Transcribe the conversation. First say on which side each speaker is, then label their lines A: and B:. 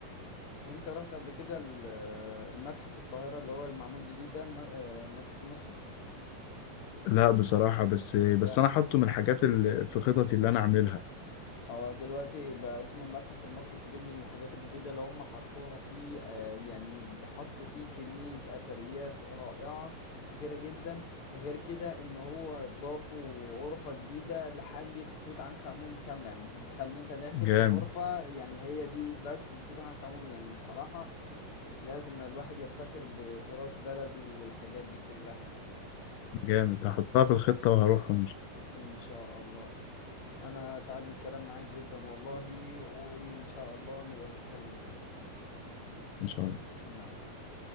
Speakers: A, on the left (about 60°); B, on the left (about 75°).
A: انت رحت قبل كده ال- المتحف القاهرة اللي هو المعمول جديد ده الم- آه، المتحف المصري
B: لا بصراحة بس بس
A: ده
B: أنا حاطه من الحاجات اللي في خططي اللي أنا أعملها
A: هو دلوقتي بقى اسمه المتحف المصري الكبير من الحاجات الجديدة اللي هم حطوها فيه آه، يعني حطوا فيه كمية أثريات رائعة كتيرة جدا غير كده ان هو ضافوا غرفة جديدة لحاجة توت عنخ آمون كاملة يعني انت متخيل ان انت داخل
B: جامد
A: في غرفة يعني هي دي بس لتوت عنخ آمون يعني بصراحة لازم الواحد يفتخر بتراث بلده والحاجات دي كلها
B: جامد هحطها في الخطة وهروحهم إن شاء
A: ان شاء الله انا اسعدني الكلام معاك جدا والله وان شاء الله نبقى نتكلم تاني
B: إن شاء الله
A: مع السلامة